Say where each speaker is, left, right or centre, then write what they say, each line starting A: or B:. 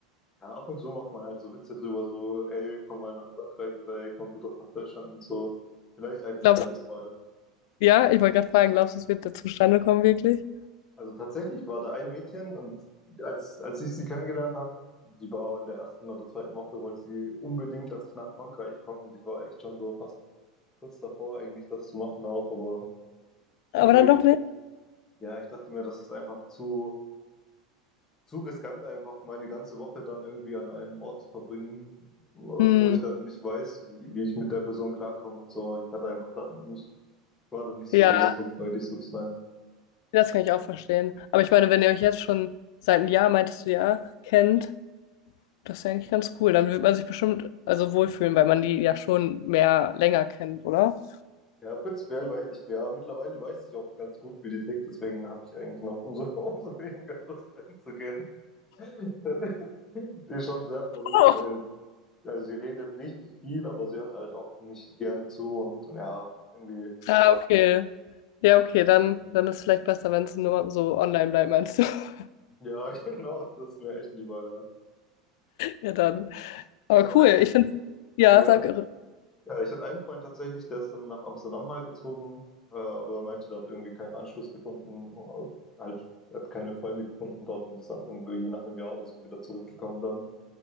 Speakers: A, on the left; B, on the left.
A: Ja, ab und zu macht man halt so Witze drüber, so, ey, komm mal nach Frankreich oder ey, komm du doch nach Deutschland und so. Vielleicht eines
B: Glaubst
A: Tages mal.
B: du, ja, ich wollte gerade fragen, glaubst du, es wird da zustande kommen, wirklich?
A: Also tatsächlich war da ein Mädchen und als, als ich sie kennengelernt habe, die war in der ersten oder zweiten Woche, wollte sie unbedingt, dass ich nach Frankreich komme und ich war echt schon so fast kurz davor, eigentlich das zu machen auch, aber irgendwie,
B: Aber dann doch nicht?
A: ja, ich dachte mir, das ist einfach zu, zu riskant, einfach meine ganze Woche dann irgendwie an einem Ort zu verbringen, wo
B: Hm,
A: ich dann nicht weiß, wie, wie ich mit der Person klarkomme und so. Ich hatte einfach dann nicht, war dann nicht so
B: ja,
A: risikofreudig sozusagen.
B: das kann ich auch verstehen. Aber ich meine, wenn ihr euch jetzt schon seit einem Jahr, meintest du ja, kennt, Das ist ja eigentlich ganz cool. Dann wird man sich bestimmt also wohlfühlen, weil man die ja schon mehr länger kennt, oder?
A: Ja, prinzipiell, weil ich ja mittlerweile weiß ich auch ganz gut, wie die tickt, deswegen habe ich eigentlich noch umso, <laughs> umso weniger Lust einzugehen. <laughs> Die ist schon sehr verrückt.
B: Oh,
A: ey. Also sie redet richtig viel, aber sie hört halt auch nicht gerne zu und ja, irgendwie,
B: Ah, okay. Ja, okay, dann, dann ist es vielleicht besser, wenn es nur so online bleibt, meinst du? <laughs>
A: ja, <laughs> genau, das ist mir echt lieber, ja.
B: Ja, dann. Aber
A: Ich hatte
B: cool,
A: einen,
B: ich finde, ja,
A: ja,
B: sag,
A: ja, ich hatte einen Freund tatsächlich, der ist dann nach Amsterdam mal gezogen, äh, aber er meinte, der hat irgendwie keinen Anschluss gefunden, äh, halt, er hat keine Freunde gefunden dort und ist dann irgendwie nach einem Jahr oder so wieder zurückgekommen dann.